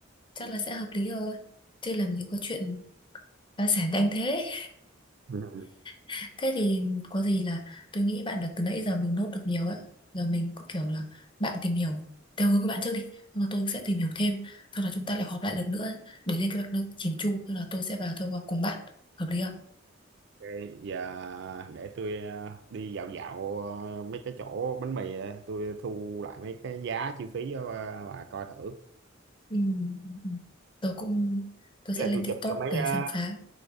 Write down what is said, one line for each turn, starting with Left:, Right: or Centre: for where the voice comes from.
Left: chắc
Right: Ừ.
Left: là sẽ hợp lý thôi chứ làm gì có chuyện phá sản nhanh thế
Right: Ừ.
Left: <laughs> thế thì có gì là tôi nghĩ bạn là từ nãy giờ mình nốt được nhiều ấy giờ mình cứ kiểu là bạn tìm hiểu theo hướng của bạn trước đi nhưng mà tôi sẽ tìm hiểu thêm sau đó chúng ta lại họp lại lần nữa để lên kế hoạch nó chỉn chu tức là tôi sẽ vào tôi họp cùng bạn hợp lý không
Right: ok giờ để tôi ờ, đi dạo dạo ờ, mấy cái chỗ bánh mì ờ, tôi thu lại mấy cái giá chi phí cho ờ, bà coi thử
Left: Ừ. ừ. Tôi cũng tôi sẽ
Right: với lại
Left: lên
Right: tôi
Left: TikTok
Right: chụp cho mấy
Left: để
Right: ờ,
Left: khám phá